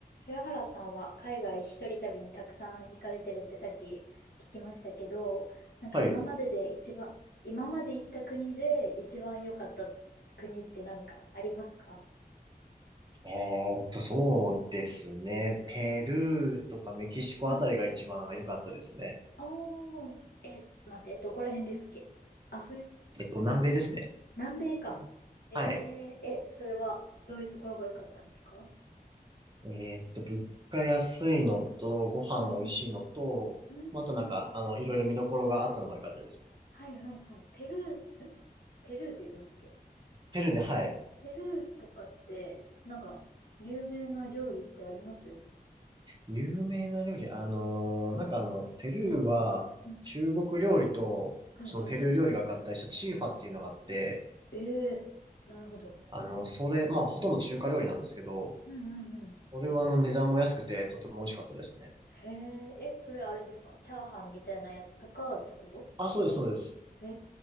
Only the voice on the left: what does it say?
豊原さんは海外一人旅にたくさん行かれてるってさっき聞きましたけど、なんか今までで一番、
今まで行った国で一番良かった国ってなんかありますか
うんうんあー、え、待って、どこら辺ですっけアフ、
南米か。えー、
え、それはどういうところが良かったんですか
うんうん。うーん。
はいはいはい。ペルー、んペルーって言ってましたっけ
ペルーとかって、なんか、有名な料理ってあります
うん
はいはいはい。
ええなるほど。
うんうんうん。
へえ、え、それあれですかチャーハンみたいなやつとかってことですか
へ